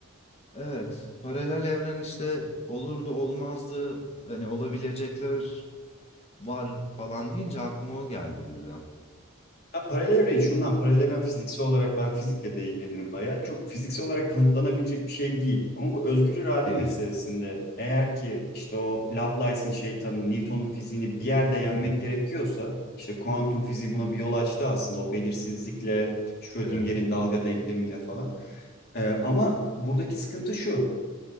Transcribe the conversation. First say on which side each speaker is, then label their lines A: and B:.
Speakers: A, on the left; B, on the left.
A: Evet, paralel evren işte olur da olmazdı. Hani olabilecekler var falan deyince aklıma o geldi birden.
B: Ha, paralel evren şundan paralel evren fiziksel olarak ben fizikle de ilgilenirim bayağı. Çok fiziksel olarak kanıtlanabilecek bir şey değil. Ama bu özgür irade
A: Değil.
B: meselesinde eğer ki işte o Laplace'ın şeytanını, Newton'un fiziğini bir yerde yenmek
A: Hı hı.
B: gerekiyorsa işte kuantum fiziği buna bir yol açtı aslında o belirsizlikle, Schrödinger'in
A: Evet.
B: dalga denklemiyle falan. Ee, ama buradaki sıkıntı şu.